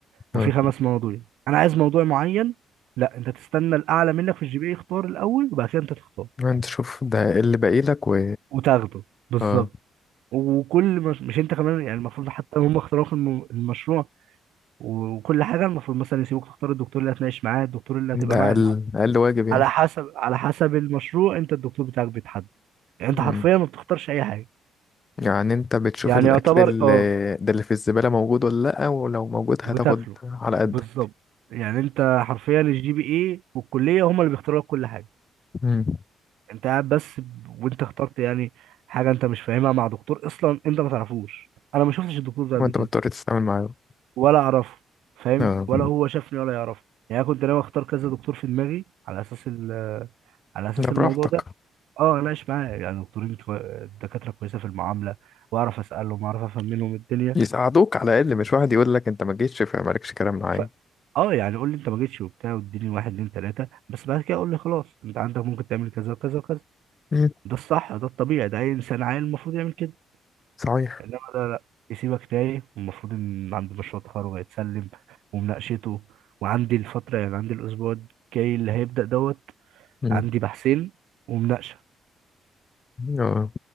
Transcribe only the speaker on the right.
وفي
خمس مواضيع انا عايز موضوع معين لا انت تستنى الاعلى منك في الجي بي اي يختار الاول وبعد كده انت تختار
وتاخده بالظبط
وكل مش, مش انت كمان يعني المفروض حتى هم اختاروا في الم- المشروع وكل حاجه المفروض مثلا يسيبوك تختار الدكتور اللي هتناقش معاه الدكتور اللي
هتبقى معاه
لا،
على حسب على حسب المشروع انت الدكتور بتاعك بيتحدد يعني
انت حرفيا ما بتختارش اي حاجه
يعني
يعتبر
اه
وتاكله
بالظبط يعني انت حرفيا الجي بي اي والكليه هم اللي بيختاروا لك كل حاجه
انت قاعد بس ب- وانت اخترت يعني حاجه انت مش فاهمها مع دكتور اصلا انت ما تعرفوش انا ما شفتش الدكتور ده قبل
كده
ولا اعرفه فاهم
ولا هو شافني ولا يعرفه يعني انا كنت ناوي اختار كذا دكتور في دماغي على اساس ال على اساس
الموضوع ده اه اناقش معاه يعني دكتورين كوي... دكاتره كويسه في المعامله واعرف اسالهم واعرف افهم منهم الدنيا
ف اه يعني قول لي انت ما جيتش وبتاع واديني واحد اتنين تلاته بس بعد كده قول لي خلاص انت عندك ممكن تعمل كذا وكذا وكذا
ده الصح ده الطبيعي ده اي انسان عاقل المفروض يعمل كده
انما ده لا يسيبك تايه والمفروض ان عندي مشروع تخرج هيتسلم ومناقشته وعندي الفترة يعني عندي الأسبوع الجاي اللي هيبدأ دوت
عندي بحثين ومناقشة